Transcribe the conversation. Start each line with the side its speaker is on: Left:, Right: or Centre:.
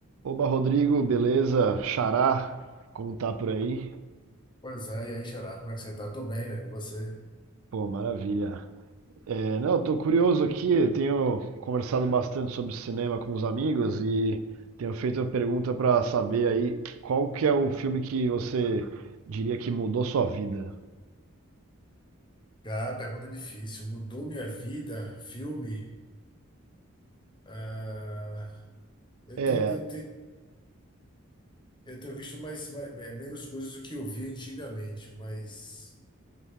Right: Oba, Rodrigo, beleza? Xará, como tá por aí?
Left: Pois é, e aí, Xará, como é que você tá? Tô bem, velho. E você?
Right: Pô, maravilha. É, não, eu tô curioso aqui, eu tenho conversado bastante sobre cinema com os amigos e tenho feito uma pergunta pra saber aí qual que é o filme que você diria que mudou sua vida?
Left: Cara, pergunta difícil. Mudou minha vida? Filme? Ah, eu
Right: É,
Left: tenho, eu tenho, eu tenho visto mais, mais- é, menos coisas do que eu via antigamente, mas.